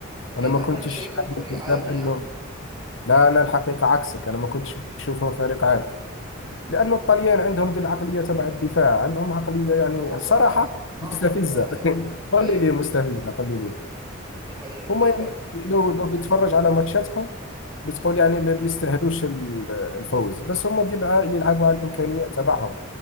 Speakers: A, on the right (about 20°); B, on the left (about 60°).
A: ليه
B: أنا ما
A: مع
B: كنتش
A: ان انا شايفهم
B: عامل
A: فريق
B: حساب
A: عادي
B: أنه
A: يعني
B: لا أنا الحقيقة عكسك أنا ما كنتش بشوفهم فريق عادي
A: مم.
B: لأنه الطليان عندهم دي العقلية تبع الدفاع عندهم عقلية يعني
A: هو بصراحه
B: صراحة مستفزة
A: اعظم دفاع
B: <laughs>
A: يعني
B: قل
A: ايوه
B: لي ليه مستفزة
A: <laughs>
B: قل لي ليه
A: دي حقيقه
B: هم
A: ليه
B: يعني
A: بقى
B: لو لو بتتفرج على ماتشاتهم
A: امم
B: بتقول يعني ما بيستاهلوش ال- الفوز بس هم بيبقى
A: امم
B: يلعبوا على الإمكانيات تبعهم